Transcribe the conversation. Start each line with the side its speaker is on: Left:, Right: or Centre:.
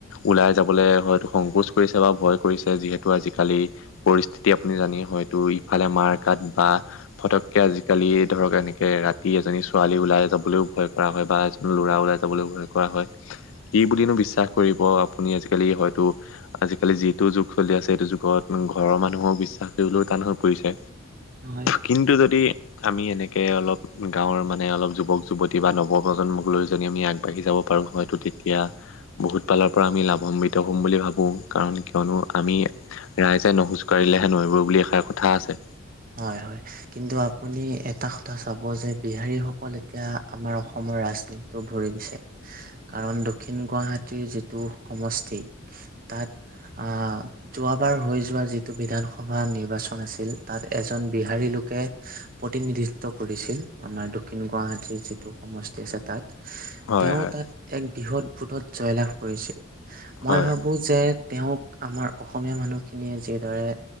Left: ওলাই যাবলৈ হয়টো সংকোচ কৰিছে বা ভয় কৰিছে, যি হেতু আজিকালি পৰিস্থিতি আপুনি জানে, হয়টো ইফালে মাৰ-কাট বা ফটককে আজি কালি ধৰক, এনেকে ৰাতি এজনী ছোৱালী ওলাই যাবলৈও ভয় কৰা হয় বা এজন ল'ৰা ওলাই যাবলৈও ভয় কৰা হয়। কি বুলিনো বিশ্বাস কৰিব আপুনি আজিকালি হয়তো আজিকালি যিটো যুগ চলি আছে, সেইটো যুগত মানে ঘৰৰ মানুহক বিশ্বাস কৰিবলৈ টান হৈ পৰিছে।
Right: হয়।
Left: কিন্তু যদি আমি এনেকে অলপ গাঁৱৰ মানে অলপ যুৱক- যুৱতী প্ৰতি বা নৱপ্ৰজন্মক লৈ যদি আমি আগবাঢ়ি যাব পাৰোঁ হয়তো তেতিয়া বহুত ফালৰ পৰা আমি লাভাম্বিত হ'ম বুলি ভাবোঁ কাৰণ কিয়নো আমি ৰাইজে নোখোজ কাঢ়িলেহে নৈ বয় বুলি এষাৰ কথা আছে।
Right: হয় -হয় কিন্তু আপুনি এটা কথা চাব যে বিহাৰীসকল এতিয়া আমাৰ অসমত ৰাজনীতিটো ভৰি দিছে কাৰণ দক্ষিণ গুৱাহাটীৰ যিটো সমষ্টি তাত আহ যোৱাবাৰ হৈ যোৱা যিটো বিধানসভা নিৰ্বাচন আছিল তাত এজন বিহাৰী লোকে প্ৰতিনিধিত্ব কৰিছিল আমাৰ দক্ষিণ গুৱাহাটীৰ যিটো সমষ্টি আছে তাত
Left: হয়
Right: তেওঁ
Left: হয়
Right: তাত এক বৃহৎ ভোটত জয়লাভ কৰিছিল মই
Left: হয়।
Right: ভাবো যে তেওঁক আমাৰ অসমীয়া মানুহখিনিয়ে যিদৰে